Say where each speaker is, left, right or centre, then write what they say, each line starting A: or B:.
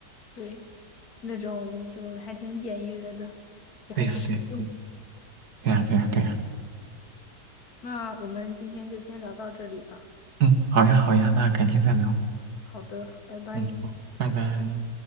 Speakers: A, on the left; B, on the right.
A: 对，那种就是还挺简约的，也很实用。
B: 对呀，对呀，对，对呀，对呀，对呀。
A: 那我们今天就先聊到这里吧。
B: 嗯，好呀，好呀，那改天再聊。
A: 好的，拜拜。
B: 嗯，好拜拜。